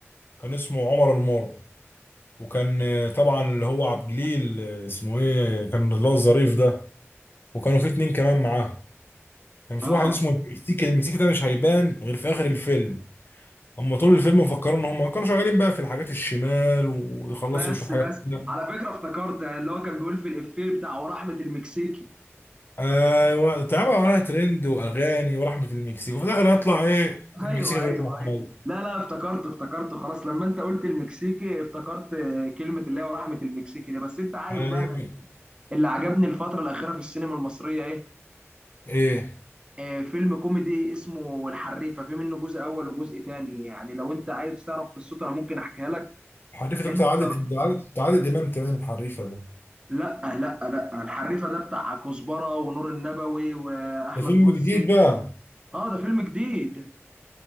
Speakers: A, on the left (about 45°); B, on the right (about 20°).
A: كان اسمه عمر المر وكان آه، طبعا اللي هو عبد الجليل آه، اسمه إيه كان اللي هو الظريف ده وكانوا في اتنين كمان معاه كان في
B: اه
A: واحد اسمه المكسيكي المكسيكي ده مش هيبان غير في اخر الفيلم اما طول الفيلم مفكرين ان هم كانوا شغالين بقى في الحاجات الشمال ويخلصوا
B: بس
A: شويه حاجات
B: بس
A: كده
B: على فكره افتكرت اللي هو كان بيقول في الافيه بتاع ورحمه المكسيكي
A: ايوه تعبوا عليها ترند واغاني ورحمه المكسيك وفي الاخر هيطلع ايه المكسيكي
B: ايوه
A: ده
B: ايوه
A: يطلع
B: ايوه
A: عادي
B: لا لا افتكرت افتكرت خلاص لما انت قلت المكسيكي افتكرت كلمة اللي هي ورحمة المكسيكي دي بس انت عارف
A: ايوه
B: بقى انا اللي عجبني الفترة الأخيرة في السينما المصرية ايه
A: ايه
B: آه فيلم كوميدي اسمه الحريفة في منه جزء أول وجزء تاني يعني لو انت عايز تعرف قصته انا ممكن احكيها لك
A: الحريفه
B: لأنه
A: ده بتاع عادل
B: بصراحة
A: عادل بتاع عادل امام تمام الحريفه ده
B: لا لا لا الحريفة ده بتاع كزبرة ونور النبوي وأحمد
A: ده فيلم
B: غزي
A: جديد بقى
B: اه ده فيلم جديد